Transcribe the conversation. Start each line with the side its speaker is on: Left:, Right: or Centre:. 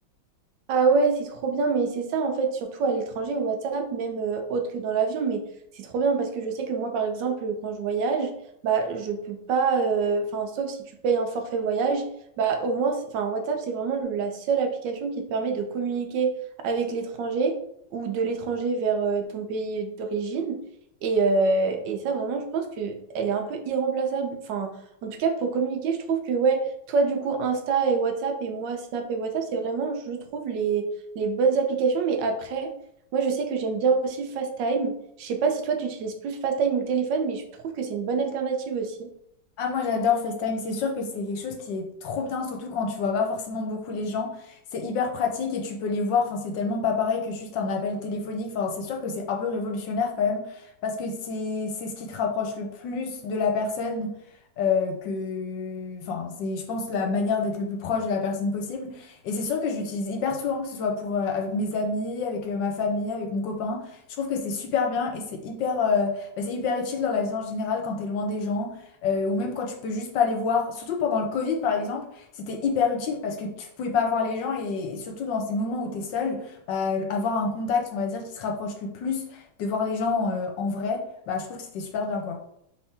Right: Ah ouais, c'est trop bien, mais c'est ça en fait, surtout à l'étranger, WhatsApp, même euh, autre que dans l'avion, mais c'est trop bien parce que je sais que moi, par exemple, quand je voyage, bah je peux pas, euh, enfin, sauf si tu payes un forfait voyage, bah au moins, c'est- enfin, WhatsApp, c'est vraiment le- la seule application qui te permet de communiquer avec l'étranger ou de l'étranger vers euh, ton pays d'origine. Et, euh, et ça, vraiment, je pense que elle est un peu irremplaçable. Enfin, en tout cas, pour communiquer, je trouve que ouais. Toi, du coup, Insta et WhatsApp et moi, Snap et WhatsApp, c'est vraiment, je trouve, les, les bonnes applications. Mais après, moi, je sais que j'aime bien aussi FaceTime. Je sais pas si toi, tu utilises plus FaceTime ou le téléphone, mais je trouve que c'est une bonne alternative aussi.
Left: Ah, moi j'adore FaceTime, c'est sûr que c'est quelque chose qui est trop bien, surtout quand tu vois pas forcément beaucoup les gens. C'est hyper pratique et tu peux les voir, enfin, c'est tellement pas pareil que juste un appel téléphonique. Enfin, c'est sûr que c'est un peu révolutionnaire quand même, parce que c'est c'est ce qui te rapproche le plus de la personne euh, que. Enfin, c'est, je pense, la manière d'être le plus proche de la personne possible. Et c'est sûr que j'utilise hyper souvent, que ce soit pour, euh, avec mes amis, avec euh, ma famille, avec mon copain. Je trouve que c'est super bien et c'est hyper, euh, bah, c'est hyper utile dans la vie en général quand t'es loin des gens euh, ou même quand tu peux juste pas les voir. Surtout pendant le Covid, par exemple, c'était hyper utile parce que tu pouvais pas voir les gens et surtout dans ces moments où tu es seul, bah, avoir un contact, on va dire, qui se rapproche le plus de voir les gens euh, en vrai, bah, je trouve que c'était super bien, quoi.